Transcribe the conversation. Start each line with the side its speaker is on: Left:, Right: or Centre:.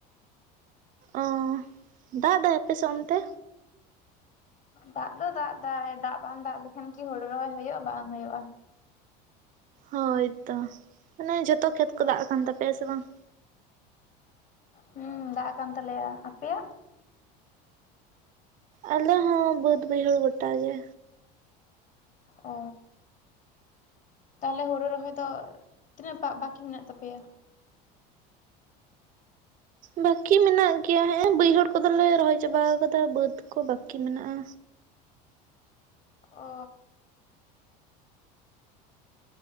Right: ᱚ ᱫᱟᱜ ᱫᱟᱭ ᱟᱯᱮᱥᱮᱜ ᱚᱱᱛᱮ?
Left: ᱫᱟᱜ ᱫᱚ ᱫᱟᱜ ᱫᱟᱭ ᱫᱟᱜ ᱵᱟᱝ ᱫᱟᱜ ᱞᱮᱠᱷᱟᱱ ᱠᱤ ᱦᱳᱲᱳ ᱨᱚᱦᱚᱭ ᱦᱩᱭᱩᱜ-ᱟ ᱵᱟᱝ ᱦᱩᱭᱩᱜ-ᱟ᱾
Right: ᱦᱳᱭ ᱛᱚ ᱢᱟᱱᱮ ᱡᱷᱚᱛᱚ ᱠᱷᱮᱛ ᱠᱚ ᱫᱟᱜ ᱟᱠᱟᱱ ᱛᱟᱯᱮᱭᱟ ᱥᱮ ᱵᱟᱝ?
Left: ᱦᱩᱸ ᱫᱟᱜ ᱟᱠᱟᱱ ᱛᱟᱞᱮᱭᱟ ᱟᱯᱮᱭᱟᱜ?
Right: ᱟᱞᱮ ᱦᱚᱸ ᱵᱟᱹᱫ ᱵᱟᱹᱭᱦᱟᱹᱲ ᱜᱚᱴᱟ ᱜᱮ᱾
Left: ᱚ ᱛᱟᱦᱚᱞᱮ ᱦᱩᱲᱩ ᱨᱚᱦᱚᱭ ᱫᱚ ᱛᱤᱱᱟᱹᱜᱴᱟ ᱵᱟᱠᱤ ᱢᱮᱱᱟᱜ ᱛᱟᱯᱮᱭᱟ?
Right: ᱵᱟᱠᱤ ᱢᱮᱱᱟᱜ ᱜᱮᱭᱟ ᱦᱮᱸᱜ ᱮ ᱵᱟᱹᱭᱦᱟᱹᱲ ᱠᱚᱫᱚᱞᱮ ᱨᱚᱦᱚᱭ ᱪᱟᱵᱟ ᱟᱠᱟᱫᱟ ᱵᱟᱹᱫ ᱠᱚ ᱵᱟᱠᱤ ᱢᱮᱱᱟᱜ-ᱟ᱾
Left: ᱚ